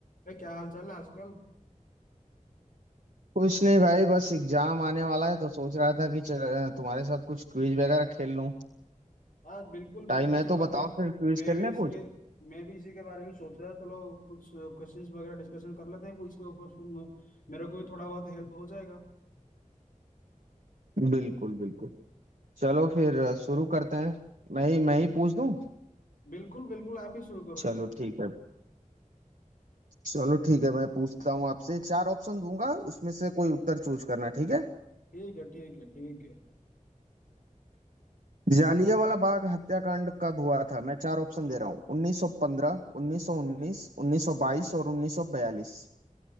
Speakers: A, on the left; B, on the right.
A: भाई क्या हाल चाल है आजकल
B: कुछ नहीं भाई बस एग्जाम आने वाला है तो सोच रहा था कि चल, तुम्हारे साथ कुछ क्विज वगैरह खेल लूं
A: हाँ बिल्कुल बिल्कुल
B: टाइम है
A: चलो
B: तो बताओ
A: मैं
B: फिर क्विज
A: मैं
B: खेल
A: भी
B: लें
A: इसी
B: कुछ
A: के मैं भी इसी के बारे में सोच रहा था चलो कुछ क्वेश्चंस वगैरह डिस्कशन कर लेते हैं क्विज के ऊपर तुम- मेरे को भी थोड़ा बहुत हेल्प हो जाएगा
B: बिल्कुल बिल्कुल चलो फिर अ, शुरू करते हैं मैं ही मैं
A: बिल,
B: ही पूछ दूं
A: बिल्कुल बिल्कुल आप ही शुरू करो
B: चलो
A: सर
B: ठीक है चलो ठीक है मैं पूछता हूँ आपसे चार ऑप्शन दूंगा उसमें से कोई उत्तर चूज करना ठीक है
A: ठीक है ठीक है ठीक है
B: जालियांवाला बाग हत्याकांड कब हुआ था मैं चार ऑप्शन दे रहा हूँ 1915 1919 1922 और 1942